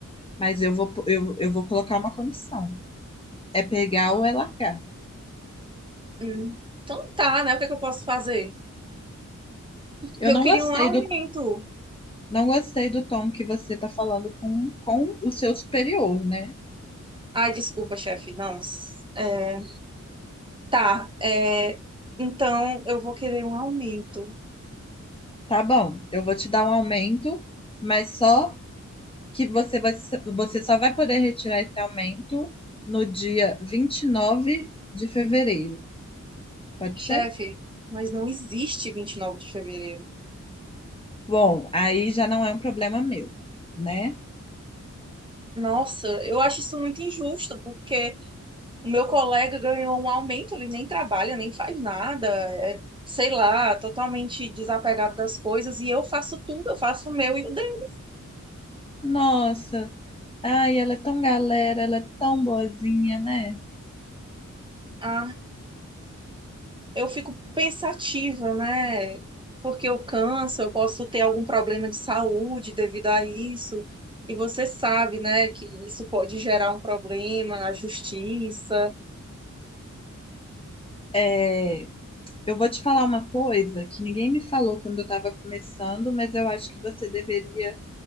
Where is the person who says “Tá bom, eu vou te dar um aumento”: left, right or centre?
Left